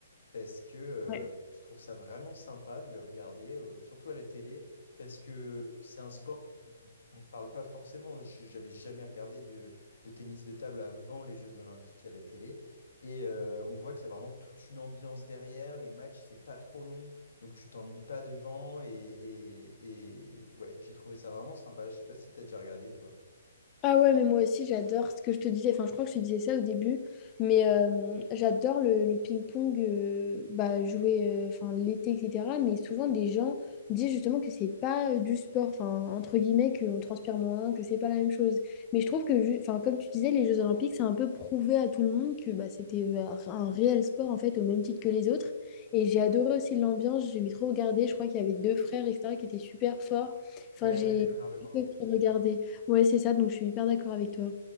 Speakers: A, on the left (about 65°); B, on the left (about 25°).
A: parce que euh,
B: Ouais.
A: je trouve ça vraiment sympa de le regarder, euh, surtout à la télé, parce que c'est un sport. On ne parle pas forcément, je- j'avais jamais regardé de, de tennis de table avant les Jeux Olympiques à la télé. Et euh, on voit qu'il y a vraiment toute une ambiance derrière, les matchs, c'est pas trop long, donc tu t'ennuies pas devant. Et, et, et ouais, j'ai trouvé ça vraiment sympa. Je sais pas si t'as déjà regardé toi.
B: Ah ouais, mais moi aussi j'adore ce que je te disais, enfin je crois que je te disais ça au début, mais euh, j'adore le, le ping-pong euh, bah, jouer euh, enfin, l'été, etc. Mais souvent des gens disent justement que c'est pas euh, du sport, enfin entre guillemets, qu'on transpire moins, que c'est pas la même chose. Mais je trouve que, ju- enfin, comme tu disais, les Jeux Olympiques, c'est un peu prouvé à tout le monde que bah, c'était euh, enfin, un réel sport en fait, au même titre que les autres. Et j'ai adoré aussi l'ambiance, j'aimais trop regarder, je crois qu'il y avait deux frères, etc., qui étaient super forts. Enfin,
A: Ouais,
B: j'ai
A: ouais, les frères Lebrun.
B: regardé. Ouais, c'est ça, donc je suis hyper d'accord avec toi.